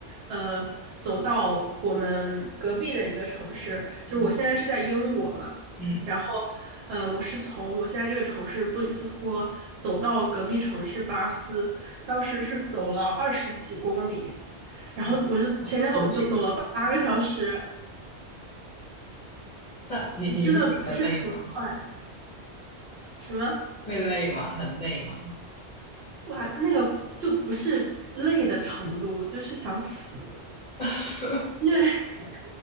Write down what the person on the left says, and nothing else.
嗯嗯
嗯，不久。但你你会觉得累吗？
会累吗？很累吗？
<laughs>